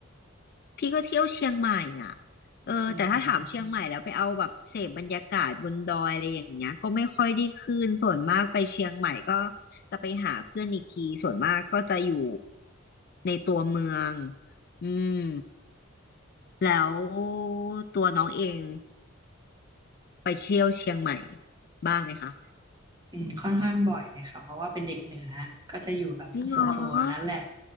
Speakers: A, on the left; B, on the right.
A: พี่ก็เที่ยวเชียงใหม่อ่ะเออแต่ถ้าถามเชียงใหม่แล้วไปเอาแบบเสพบรรยากาศบนดอยอะไรอย่างเงี้ยก็ไม่ค่อยได้ขึ้นส่วนมากไปเชียงใหม่ก็
B: อืม
A: จะไปหาเพื่อนอีกทีส่วนมากก็จะอยู่ในตัวเมืองอืมแล้วตัวน้องเองไปเที่ยวเชียงใหม่บ้างไหมคะ
B: อืมค่อนข้างบ่อยเลยค่ะเพราะว่าเป็นเด็กเหนือก็จะอยู่แบบโซนโซนนั้นแหละ
A: จริงเหรอ